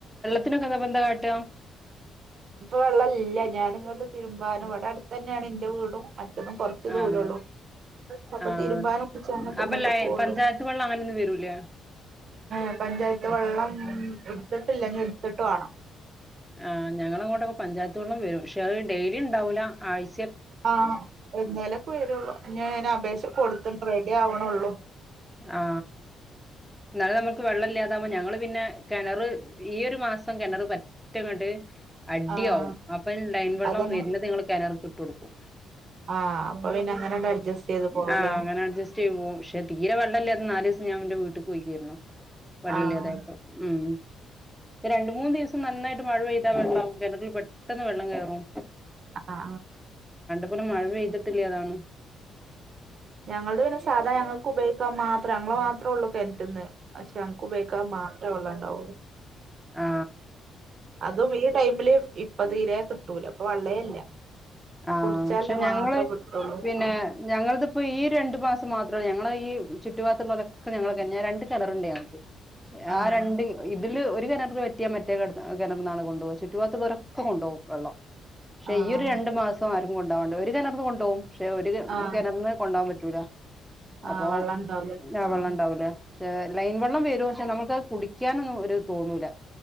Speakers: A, in the centre; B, on the right (about 55°).
A: തിന് കാട്ട
B: ഇപ്പൊ വെള്ളം ഇല്ല ഞാന ഇങ്ങണ്ട് തിരുമ്പാനും ഇവിടെ അടുത്ത് തന്നെയാണ് എന്റെ വീടും <unintelligible> കുറച്ച്
A: ആഹ്
B: ദൂരള്ളൂ അപ്പൊ
A: ആഹ്
B: തിരുമ്പാനും കുളിച്ചാനുംഒക്കെ
A: അപ്പൊ
B: ഇങ്ങട്ട്
A: ലൈ
B: പോരും
A: പഞ്ചായത്ത് വെള്ളം അങ്ങനെയൊന്നും വരൂലേ
B: എപഞ്ചായത്ത് വെള്ളം ഉംഎടുത്തിട്ടില്ല ഇനിഎടുത്തിട്ട് വേണം
A: ആ ഞങ്ങളങ്ങോട്ടൊ പഞ്ചായത്ത് വെള്ളം വരും പക്ഷെ അത് ഡെയിലി ഉണ്ടാവില്ല ആഴ്
B: ആഎന്നേലേക്കെ വരുള്ളൂ ഞെ അയിനെ അപേക്ഷ കൊടുത്തത്രെ <unintelligible> ആവണള്ളൂ
A: ആ ന്നാള് നമുക്ക് വെള്ളല്ലാതാവുമ്പോ ഞങ്ങള് പിന്നെ കിണറ് ഈയൊരു മാസം കിണറ് പറ്റങ്ങണ്ട് അടിയാവും
B: ആഹ്
A: അപ്പം ലൈൻ വെള്ളം
B: അതന്നെ
A: വരുന്നത് നങ്ങൾ കിണർകി ഇട്ടെടുക്കും
B: ആഹ് അപ്പൊ പിന്നെ അങ്ങനെണ്ട് അഡ്ജസ്റ്റ് ചെയ്ത് പോവല്ലേ
A: ആ അങ്ങനെ അഡ്ജസ്റ്റ് ചെയ്യ് പോവും പക്ഷേ തീരെ വെള്ളല്ലാതെനാല് ദിവസം ഞാനെന്റെ വീട്ട് പോയി കേരുന്നു വള്ളല്ലാതായപ്പം
B: ആഹ്
A: ഉം ക്ഷെ രണ്ട് മൂന്നു ദിവസം നന്നായിട്ട് മഴ പെയ്ത വെള്ളം ആവും കിണറ്റിൽ പെട്ടെന്ന് വെള്ളം കേറും.
B: അ അ
A: ഇവിടെ മഴ പെയ്തിട്ടില്ല്യ അതാണ്
B: ഞങ്ങൾത് പിന്നെ സാധാ ഞങ്ങക്ക് ഉപയോഗി ക്കാൻ മാത്രം ഞങ്ങള് മാത്രോ ള്ളൂ കിണറ്റ്ന്ന്. പക്ഷെ ഞങ്ങക്ക് ഉപയോഗിക്കാൻ മാത്രം ഉള്ളതാണ് ഓ
A: ആ
B: അതും ഈ ടൈമില് ഇ പ്പ തീരെ കിട്ടൂല ഇപ്പ വള്ളേ ഇ ഇല്ല
A: ആ
B: കുടിച്ചാലേ
A: പക്ഷെ ഞങ്ങള്
B: മാത്രം കിട്ടുള്ളൂ
A: പിന്നെ
B: ആഹ്
A: ഞങ്ങളുടേത്‌ ഇപ്പം ഈ രണ്ടു മാസം മാ ത്രോള്ളൂ ഞങ്ങടെ ഈ ചുറ്റുഭാഗത്തുള്ളോരോക്കെ ഞങ്ങൾതെന്നെയ രണ്ട് കിണറുണ്ട് ഞങ്ങക്ക്
B: ആഹ്
A: ആ രണ്ട് ഇ ഇതില് ഒരു കിണറ് പറ്റിയാൽ മറ്റേ കി കിണർന്നാണ് കൊണ്ടോവ ചുറ്റുഭാഗത്ത് ഉള്ളോരോക്കെ കൊണ്ടോവും വെള്ളം പക്ഷെ
B: ആഹ്
A: ഈ ഒരു രണ്ടു മാ കൊണ്ടോവാണ്ട് ഒരു കിണറീന്ന് കൊണ്ടോവും. പക്ഷെ ഒരു
B: ആഹ്
A: കിണറീന്ന് കൊണ്ടോവാൻ പ റ്റൂല
B: ആഹ്
A: അപ്പൊ
B: വെള്ളം ഉണ്ടാവൂല
A: ഞ
B: ആഹ്
A: വെള്ളം ഇണ്ടാവൂല പക്ഷെ ലൈൻ വെള്ളം വരും പക്ഷെ നമുക്കത് കുടിക്കാനൊന്നും ഇത് തോന്നൂല